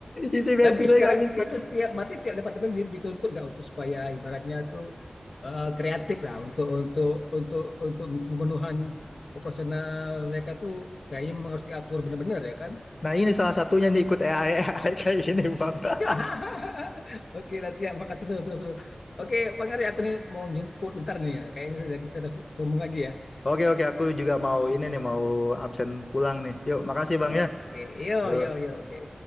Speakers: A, on the left (about 50°); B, on the left (about 80°).
A: Isi bensinnya
B: Tapi sekarang
A: nggak bisa.
B: itu tiap berarti tiap departemen di- dituntut gak untuk supaya ibaratnya tuh eh, kreatif lah untuk untuk untuk untuk pemenuhan operasional mereka tuh kayaknya memang harus diatur benar-benar ya kan?
A: Nah ini salah satunya nih ikut AI, AI <laughs> kayak gini bang. <laughs>
B: <laughs> Oke lah siap, makasih seru-seru. Oke, Bang Ari, aku nih mau jemput bentar nih ya. Kayaknya nanti kita udah sambung lagi ya.
A: Oke oke aku juga mau ini nih mau absen pulang nih. Yuk makasih bang
B: Oke,
A: ya.
B: yo
A: Yuk.
B: yo yo, oke.